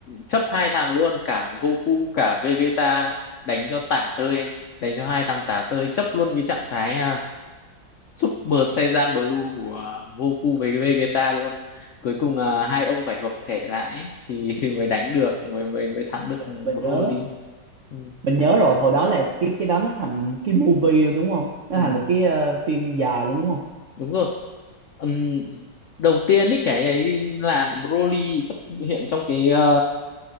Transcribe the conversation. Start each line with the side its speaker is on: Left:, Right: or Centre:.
Left: chấp hai thằng luôn cả Goku cả Vegeta đánh cho tả tơi đánh cho hai thằng tả tơi chấp luôn cái trạng thái ờ, Super Saiyan Blue của à, Goku với Vegeta luôn cuối cùng là hai ông phải hợp thể lại ấy, thì <laughs> mới đánh được mới mới mới thắng được
Right: mình mình
Left: Broly
Right: nhớ
Left: ừ,
Right: mình nhớ rồi hồi đó là cái cái đó nó thành một cái movie rồi đúng không nó
Left: ừ,
Right: thành một cái ờ, phim dài luôn đúng không
Left: đúng rồi Ừm, đầu tiên ấy cái ấy là Broly xuất hiện trong cái à,